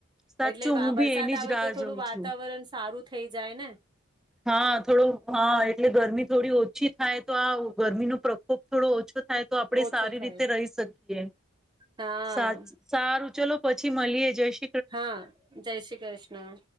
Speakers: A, in the centre; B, on the right.
A: સાચું
B: એટલે વા
A: હું બી
B: વરસાદ
A: એની
B: આવે
A: જ રાહ
B: તો થોડું
A: જોઉં
B: વાતાવરણ
A: છું.
B: સારું થઈ જાય ને.
A: હા થોડો હા એટલે ગરમી થોડી ઓછી થાય તો આ ગરમીનો પ્રકોપ થોડો ઓછો થાય તો આપણેે
B: ઓછો
A: સારી
B: થાય.
A: રીતે રહી શકીએ,
B: હા
A: સા સારું ચલો પછી મળીએ જઈ શ
B: હા જય શ્રી કૃષ્ણ.